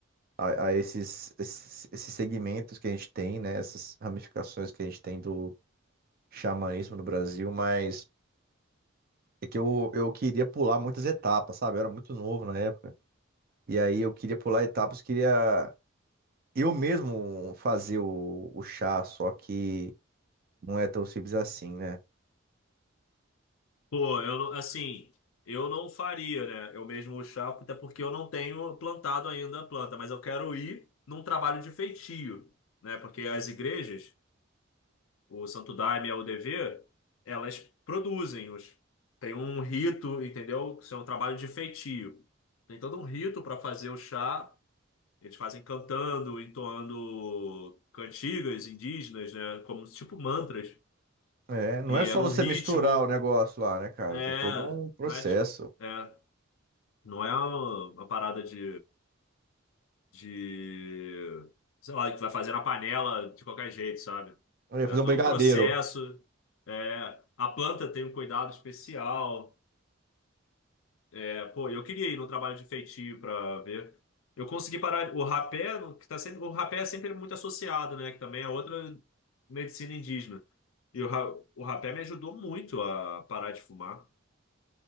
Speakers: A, on the right (about 45°); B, on the left (about 80°).
A: a, a esses, esses, esses segmentos que a gente tem, né? Essas ramificações que a gente tem do xamanismo no Brasil, mas é que eu, eu queria pular muitas etapas, sabe? Eu era muito novo na época. E aí eu queria pular etapas, queria eu mesmo fazer o, o chá, só que não é tão simples assim, né?
B: Pô, eu não- assim, eu não faria, né? Eu mesmo o chá, até porque eu não tenho plantado ainda a planta, mas eu quero ir num trabalho de feitio, né? Porque as igrejas, o Santo Daime e a UDV, elas produzem os tem um rito, entendeu? Isso é um trabalho de feitio. Tem todo um rito para fazer o chá. Eles fazem cantando, entoando cantigas indígenas, né? Como tipo mantras.
A: É, não
B: E
A: é só
B: é num
A: você
B: ritmo,
A: misturar o negócio lá, né, cara?
B: é,
A: Tem todo um processo.
B: não é tipo, é. Não é uma uma parada de, de, sei lá, que vai fazer na panela de qualquer jeito, sabe?
A: Eu ia
B: É
A: Fazer
B: todo
A: um brigadeiro.
B: um processo. É, a planta tem um cuidado especial. É, pô, eu queria ir no trabalho de feitio para ver. Eu consegui parar o rapé, no- que tá sempre, o rapé é sempre muito associado, né? Que também é outra medicina indígena. E o, ra- o rapé me ajudou muito a parar de fumar.